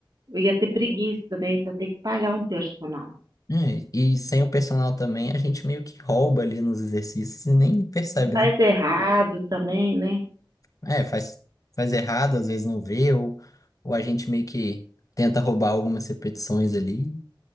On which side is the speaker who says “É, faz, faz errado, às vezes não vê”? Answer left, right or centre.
Left